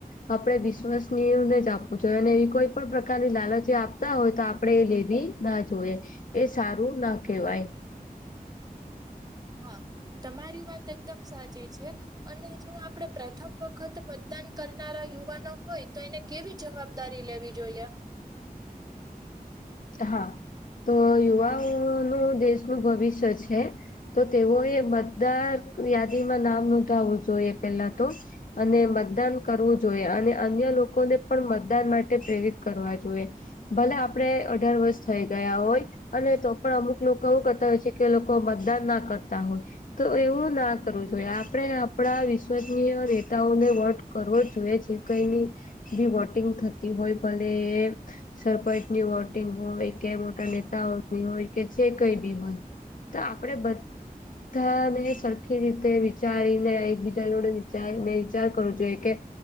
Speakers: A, on the left; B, on the right.
A: આપણે વિસ વસનીય ને જ આપવું જોઈએ અને ઈ કોઈ પણ પ્રકારની લાલચી આપતા હોય તો આપડે એ લેવી ના જોએ. એ સારું ના કેવાય.
B: હા તમારી વાત એકદમ સાચી છે. અને જો આપડે પ્રથમ વખત મતદાન કરનારા યુવાનો હોય તો એને કેવી જવાબદારી લેવી જોઈએ?
A: હા તો યુવાઓનું દેશનું ભવિષ્ય છે. તો તેઓએ મતદાર યાદીમાં નામ નોંધાવું જોઈએ પેલા તો અને મતદાન કરવું જોઈએ અને અન્ય લોકોને પણ મતદાન માટે પ્રેરિત કરવા જોએ. ભલે આપડે અઢાર વર્ષ થઇ ગયા હોય અને તો પણ અમુક લોકો એવું કરતા હોય છે કે લોકો મતદાન ના કરતા હોય. તો એવું ના કરવું જોઈએ આપડે આપડા વિશ્વનીય નેતાઓને વોટ કરવો જોઈએ જે કઈની બી વોટિંગ થતી હોય ભલે એ સરપંચની વોટ ટિંગ હોય કે મોટા નેતાઓની હોય કે જે કઈ બી હોય તો આપડે બધ ધાને સરખી રીતે વિચારીને એકબીજા જોડે વિચારીને વિચાર કરવો જોઈએ કે